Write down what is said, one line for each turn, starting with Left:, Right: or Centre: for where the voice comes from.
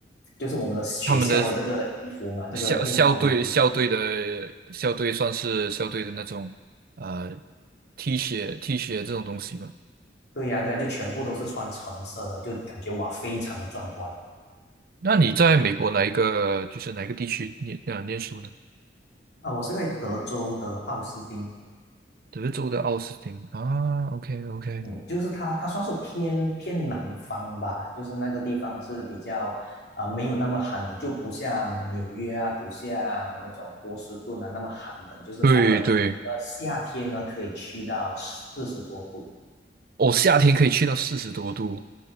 Left: 就是我们的学校的这个衣服嘛，
Right: 他们的
Left: 这个运动的这个衣服。
Right: 校校队校队的校队算是校队的那种呃 T 恤 T 恤这种东西嘛。
Left: 对呀，对呀，就全部都是穿橙色的，就感觉哇，非常的壮观
Right: 那你在美国哪一个就是哪一个地区念呃念书呢？
Left: 啊！我是在德州的奥斯汀，
Right: 德州的奥斯汀啊，OK OK，
Left: 嗯，就是它，它算是偏偏南方吧，就是那个地方是比较啊、呃没有那么寒冷，就不像纽约啊，不像那种波士顿啊那么寒冷，就是它的
Right: 对对，
Left: 呃夏天呢可以去到四十多度，
Right: 哦，夏天可以去到四十多度，